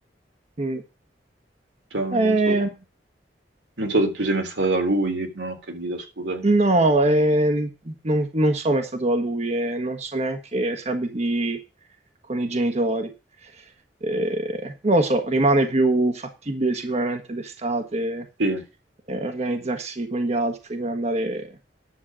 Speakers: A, on the right; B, on the right.
A: mm,
B: Cioè,
A: eh,
B: non so, non so se tu sei mai stato da lui, non ho capito, scusami.
A: No, eh, non, non so mai stato da lui e non so neanche se abiti con i genitori. Eh, non lo so, rimane più fattibile sicuramente d'estate
B: Sì,
A: eh, organizzarsi con gli altri per andare...